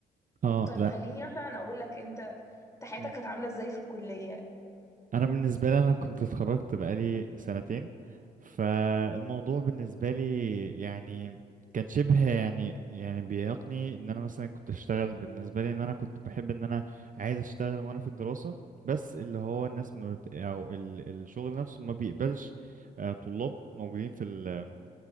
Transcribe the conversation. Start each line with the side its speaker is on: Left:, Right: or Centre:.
Right: اه
Left: طيب
Right: لا
Left: خليني مثلا اقول لك انت انت حياتك
Right: امم
Left: كانت عامله ازاي في الكليه
Right: انا بالنسبة لي انا كنت اتخرجت بقالي سنتين فالموضوع بالنسبة لي يعني كان شبه يعني يعني بيعيقني ان انا مثلا كنت اشتغل بالنسبة لي ان انا كنت بحب ان انا عايز اشتغل وانا في الدراسة بس اللي هو الناس ما بت... او ال... الشغل نفسه ما بيقبلش آه، طلاب موجودين في ال...